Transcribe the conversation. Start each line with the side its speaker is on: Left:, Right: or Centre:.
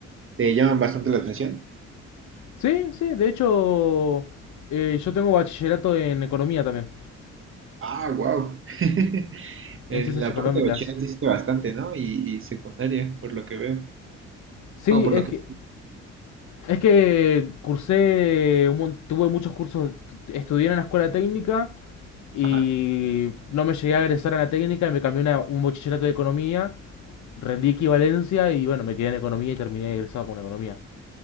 Right: ¿te llaman bastante la atención?
Left: Sí, sí, de hecho, eh, yo tengo bachillerato en economía también,
Right: Ah, wow. <laughs>
Left: en
Right: En
Left: ciencias
Right: la
Left: económicas.
Right: parte de bachillerato hiciste bastante, ¿no? Y, y secundaria, por lo que veo.
Left: Sí,
Right: No, por
Left: es
Right: lo que...
Left: que, es que cursé, un mon- tuve muchos cursos, tu- estudié en la escuela técnica y
Right: Ajá.
Left: no me llegué a egresar a la técnica y me cambié a una- un bachillerato de economía, rendí equivalencia y bueno, me quedé en economía y terminé egresado con economía.